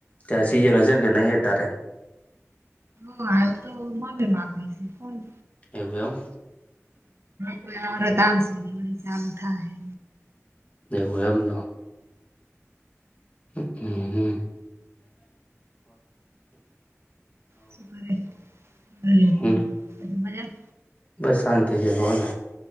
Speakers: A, on the left; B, on the right.
A: તયા સિઝન હશે ને કે નહી તારે
B: હ હાલ તો મને માગે છે કો <unintelligible>
A: એવું એમ
B: કોઈ આવરત આમશે ચાલુ થાહે.
A: એવું એમનો હ હમમ્મ
B: શું કરે
A: હમ
B: છે મજા
A: બસ શાંતિ જ કોને